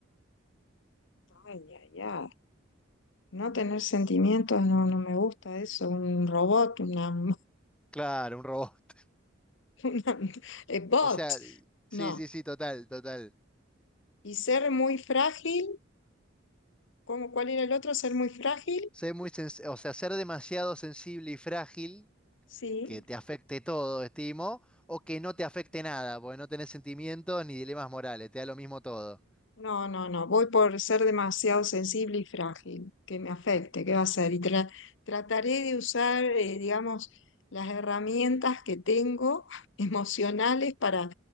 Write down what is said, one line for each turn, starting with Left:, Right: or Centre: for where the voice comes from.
Left: Ay, ay, ay. No tener sentimientos no, no me gusta eso. Un robot, una, <laughs>
Centre: Claro, un robot.
Left: una eh, bot.
Centre: O sea, sí,
Left: No.
Centre: sí, sí, total, total.
Left: Y ser muy frágil, ¿cómo, cuál era el otro? Ser muy frágil.
Centre: Ser muy sens- o sea, ser demasiado sensible y frágil,
Left: Sí.
Centre: que te afecte todo, estimo, o que no te afecte nada, porque no tenés sentimientos ni dilemas morales, te da lo mismo todo.
Left: No, no, no, voy por ser demasiado sensible y frágil, que me afecte, ¿qué va a ser? Y tra- trataré de usar, eh, digamos, las herramientas que tengo <laughs> emocionales para